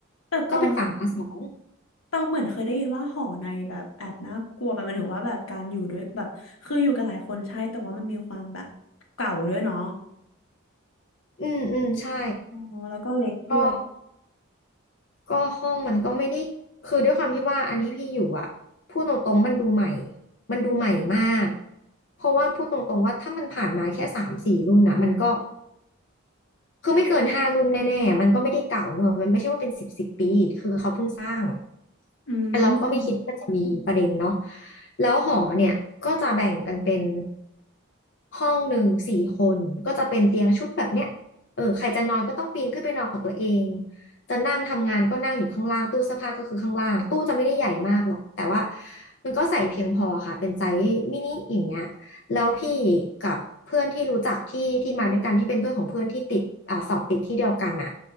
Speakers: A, on the left; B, on the left.
A: แต่ตอง
B: ก็เป็นฝั่งละสอง
A: ตองเหมือนเคยได้ยินว่าหอในแบบแอบน่ากลัวแบบหมันถึงว่าแบบการอยู่ด้วยแบบคืออยู่กันหลายคนใช่แต่ว่ามันมีความแบบเก่าด้วยเนาะ
B: อืมอืมใช่
A: อ๋อแล้วก็เล็กด้วย
B: ก็ก็ห้องมันก็ไม่ได้คือด้วยความที่ว่าอันที่พี่อยู่อะพูดตรงๆมันดูใหม่มันดูใหม่มากเพราะว่าพูดตรงๆว่าถ้ามันผ่านมาแค่สามสี่รุ่นนะมันก็คือไม่เกินห้ารุ่นแน่ๆมันก็ไม่ได้เก่าเนอะมันไม่ใช่ว่าเป็นสิบสิบปีคือเขาเพิ่งสร้าง
A: อืม
B: แต่เราก็ไม่คิดว่าจะมีประเด็นเนาะแล้วหอเนี่ยก็จะแบ่งกันเป็นห้องหนึ่งสี่คน ก็จะเป็นเตียงชุดแบบเนี้ยเออใครจะนอนก็ต้องปีนขึ้นไปนอนของตัวเองจะนั่งทำงานก็นั่งอยู่ข้างล่างตู้เสื้อผ้าก็คือข้างล่าง ตู้จะไม่ได้ใหญ่มากหรอกแต่ว่ามันก็ใส่เพียงพอค่ะเป็นไซส์มินิอย่างเงี้ยแล้วพี่กับเพื่อนที่รู้จักที่ที่มาด้วยกันที่เป็นเพื่อนของเพื่อนที่ติดอ่าสอบติดที่เดียวกันน่ะ